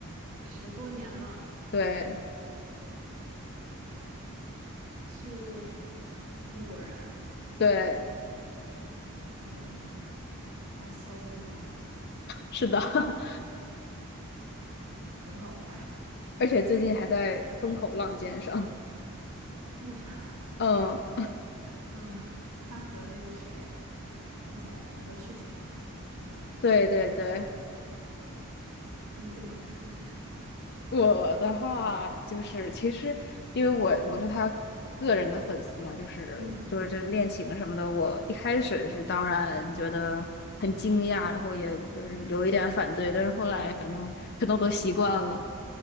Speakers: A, on the right; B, on the left.
A: 十多年了，
B: 对
A: 是中国人，
B: 对，
A: 嗯，XO 的吗？
B: 是的，<laughs>
A: 很好猜。
B: 而且最近还在风口浪尖上。
A: 鹿晗，
B: 嗯，
A: 嗯，<laughs> 他和那个谁，关晓彤的事情吗？是吗？
B: 对对对，
A: 你怎么看？
B: 我的话就是，其实因为我我是他个人的粉丝嘛，就是就是这恋情什么的，
A: <laughs> 嗯。
B: 我一开始是当然觉得很惊讶，然后也就是有一点反对，
A: 嗯
B: 但是后来反正可能我都习惯了。